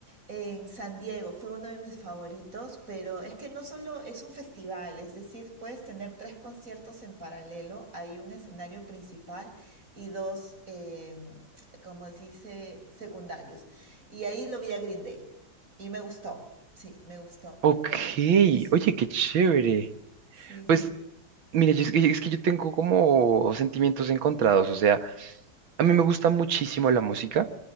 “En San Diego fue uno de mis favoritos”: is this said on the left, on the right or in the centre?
Right